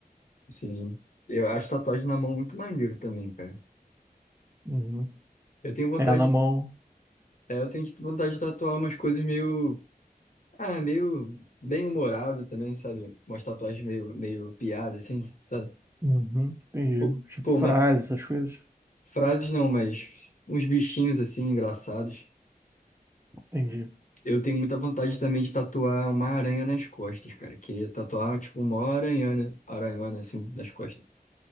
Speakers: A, on the left; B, on the right.
A: Sim. Eu acho tatuagem na mão muito maneiro também, cara.
B: Uhum.
A: Eu tenho vontade,
B: É, na mão,
A: de- é, eu tenho vontade de tatuar umas coisas meio, ah, meio bem humorado também, sabe? Umas tatuagens meio, meio piada, assim, sabe?
B: uhum, entendi.
A: Pô,
B: Tipo,
A: pô,
B: frases,
A: uma,
B: essas coisas,
A: frases não, mas uns bichinhos assim engraçados.
B: entendi.
A: Eu tenho muita vontade também de tatuar uma aranha nas costas, cara. Queria tatuar, tipo, uma aranhona, aranhona assim, nas costas.